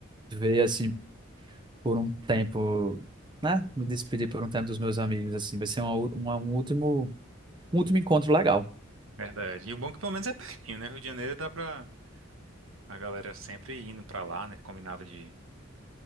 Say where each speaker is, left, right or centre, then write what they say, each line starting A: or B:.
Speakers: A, on the right; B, on the right.
A: ver, assim, por um tempo, né? Me despedir por um tempo dos meus amigos, assim. Vai ser uma, u- uma- um último, um último encontro legal.
B: verdade. E o bom é que pelo menos é pertinho, né? Rio de Janeiro dá pra a galera sempre indo pra lá, né? Combinava de,